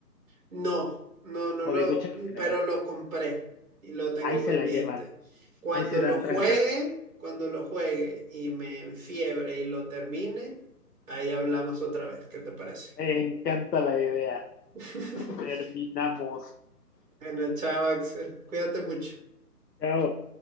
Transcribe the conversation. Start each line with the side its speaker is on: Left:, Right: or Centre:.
Right: No, no, no
Left: O
Right: lo,
Left: The Witcher en general.
Right: pero lo compré y lo tengo
Left: Ahí se
Right: pendiente.
Left: la llevan,
Right: Cuando
Left: ahí se
Right: lo
Left: dan
Right: juegue,
Left: trancas.
Right: cuando lo juegue y me enfiebre y lo termine, ahí hablamos otra vez. ¿Qué te parece?
Left: Me encanta la idea.
Right: <laughs>
Left: Terminamos.
Right: Bueno, chao, Axel. Cuídate mucho.
Left: Chao.